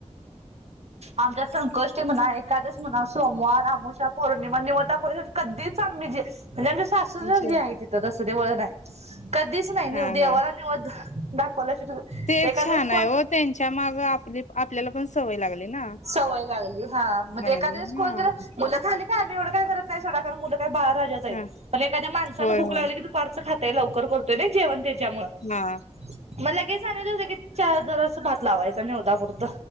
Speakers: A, on the right; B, on the left.
A: आमच्यात संकष्टी म्हणा एकादशी म्हणा सोमवार अमावस्या पौर्णिमा निवद दाखवल्याशिवाय कधीच आम्ही जे म्हणजे आमच्या सासूचच
B: जेव
A: हे आहे तिथं तसं ते वळण आहे कधीच नाही
B: हा
A: देवाला
B: हा
A: निवद <unintelligible>
B: ते
A: एखाद्या
B: छान
A: वेळेस कोण
B: आहे व त्यांच्या माग आपली आपल्याला पण सवय लागली. ना
A: सवय लागली हा मग
B: लागली
A: एखादं दिवस कोणत
B: हा
A: मुलं खाली हा आम्ही एवढं काय करत नाही सोडा कारण मुलं बाळराजा आहेत
B: हा
A: पण एखा्या माणसं
B: होय
A: भूक
B: होय
A: लागले की फारसं खात ते लवकर करतोय जेवण ते च्यामुळं
B: हा
A: मला का सांग द की चार जरा असं भात लावायचा मी निवदापुरता